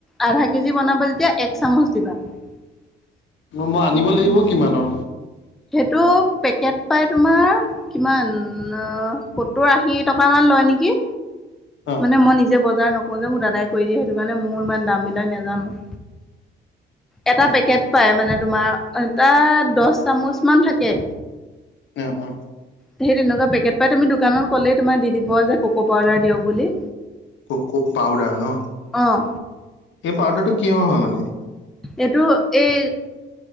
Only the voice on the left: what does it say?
মই আনিব লাগিব কিমানৰ।
অ',
অ',
অ অ
ক ক পাউদাৰ ন
এই পাউদাৰটো কিহৰ হয় মানে